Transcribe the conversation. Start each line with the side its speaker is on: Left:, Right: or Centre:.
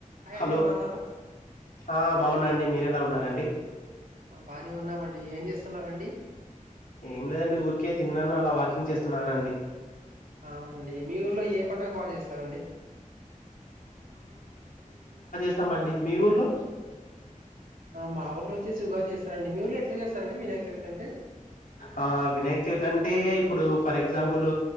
Right: Hi
Left: hello
Right: అండి బాగున్నారా
Left: ఆ బాగున్నాండి మీరు ఎలా ఉ ఉన్నారండి
Right: ఆ బానే ఉన్నామండి ఏం చేస్తునరండి
Left: ఏం లేదండి ఊరికే తిన్నాను అలా వాకింగ్ చేస్తున్నానండి.
Right: అవునండి మీ ఊర్లో ఏ పండగ బాగ చేస్తారండి
Left: వస్తామండి మీ ఊర్లో
Right: మా ఊర్ళో వచ్చేసి <unintelligible> చేస్తారండి మీ ఊరులో ఎట్లా చేస్తారండి వినాయక చవితి అంటే
Left: ఆ వినాయక చవితి అంటే ఇప్పుడు ఫర్ ఎగ్జాంపుల్